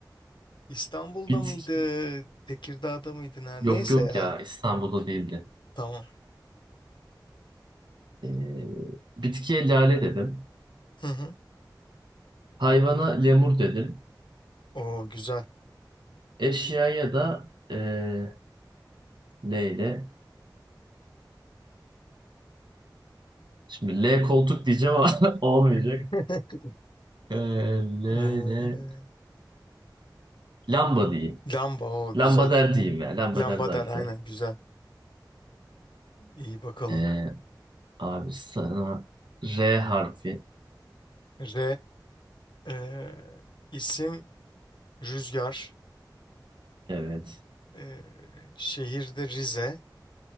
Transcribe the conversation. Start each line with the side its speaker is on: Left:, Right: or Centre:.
Left: İstanbul'da
Right: Bitki
Left: mıydı? Tekirdağ'da mıydı? ner-
Right: yok
Left: Neyse
Right: yok
Left: ya.
Right: ya İstanbul'da değildi.
Left: Tamam.
Right: E, bitkiye lale dedim.
Left: Hı hı.
Right: Hayvana lemur dedim.
Left: Oo güzel.
Right: Eşyaya da e, L ile. Şimdi L koltuk diyeceğim ama <laughs> olmayacak.
Left: <laughs>
Right: E, L ile
Left: Ee,
Right: lamba diyeyim.
Left: lamba o
Right: Lambader
Left: güzel.
Right: diyeyim ya. Lambader
Left: Lamba
Right: daha
Left: der
Right: güzel.
Left: aynen güzel. İyi bakalım.
Right: E, Abi sana R harfi.
Left: R e, isim Rüzgar.
Right: Evet.
Left: E, şehirde Rize.